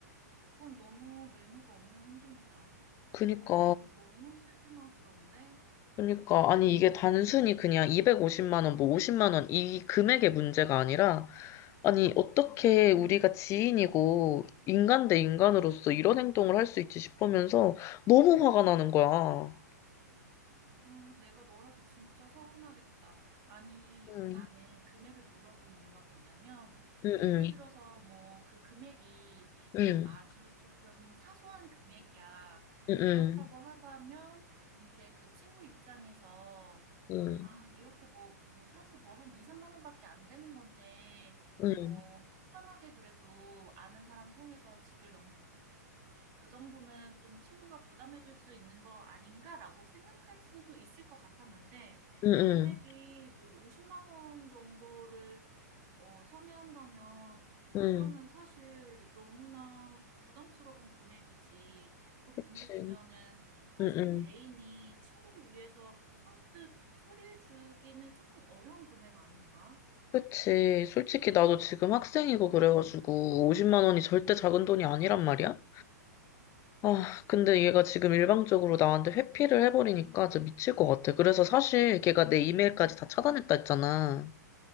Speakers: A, on the right; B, on the left.
A: 그건 너무 매너가 없는 행동이다.
B: 그니까,
A: 어, 너무 실망스러운데?
B: 그니까. 아니, 이게 단순히 그냥 250만 원, 뭐 50만 원, 이 금액의 문제가 아니라, 아니, 어떻게 우리가 지인이고, 인간 대 인간으로서 이런 행동을 할 수 있지 싶으면서 너무 화가 나는 거야.
A: 아, 내가 너라도 진짜 서운하겠다. 아니,
B: 응,
A: 나는 금액을 물어본 이유가 뭐냐면,
B: 응,
A: 예를
B: 응,
A: 들어서 뭐 그 금액이
B: 응,
A: 뭐 아주 조금 사소한 금액이야.
B: 응,
A: 그렇다고 하다면, 이제 그 친구 입장에서 조금,
B: 응,
A: 아, 이렇게 뭐, 뭐 사실 뭐 한 2, 3만 원밖에 안 되는 건데,
B: 응,
A: 뭐, 편하게 그래도 아는 사람 통해서 집을 그 정도는 좀 친구가 부담해 줄 수 있는 거 아닌가라고 생각할 수도 있을 것 같았는데
B: 응,
A: 금액이 뭐 5 0만원 정도를 어 상회한다면
B: 응,
A: 그러면 사실 너무나 부담스러운 금액이지 그 금액이면은
B: 그치,
A: 사실
B: 응, 응,
A: 개인이 친구를 위해서 선뜻 처리해 주기는 조금 어려운 금액 아닌가?
B: 그치. 솔직히 나도 지금 학생이고 그래가지고 50만 원이 절대 작은 돈이 아니란 말이야? 아, 근데 얘가 지금 일방적으로 나한테 회피를 해버리니까 진짜 미칠 것 같아. 그래서 사실 걔가 내 이메일까지 다 차단했다 했잖아.